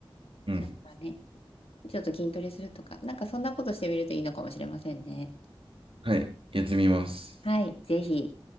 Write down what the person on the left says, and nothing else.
なんかね、ちょっと筋トレするとか、なんかそんなことしてみるといいのかもしれませんね。
はい、ぜひ。